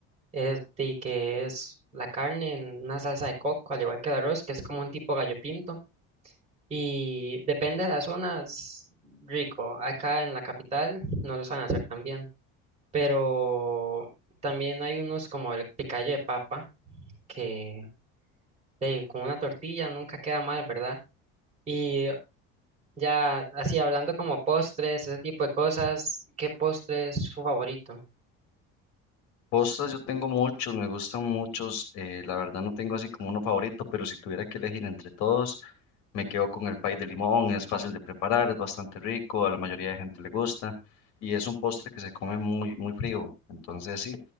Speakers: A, on the right; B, on the left.
A: Este, que es la carne en una salsa de coco, al igual que el arroz, que es como un tipo gallo pinto Y depende de las zonas, rico. Acá en la capital no los van a hacer tan bien. Pero también hay unos como el picayo de papa, que de, con una tortilla nunca queda mal, ¿verdad? Y ya así hablando como postres, ese tipo de cosas, ¿qué postre es su favorito?
B: Postres yo tengo muchos, me gustan muchos, eh, la verdad no tengo así como uno favorito, pero si tuviera que elegir entre todos, Me quedo con el pay de limón, es fácil de preparar, es bastante rico, a la mayoría de gente le gusta y es un postre que se come muy, muy frío. Entonces, sí,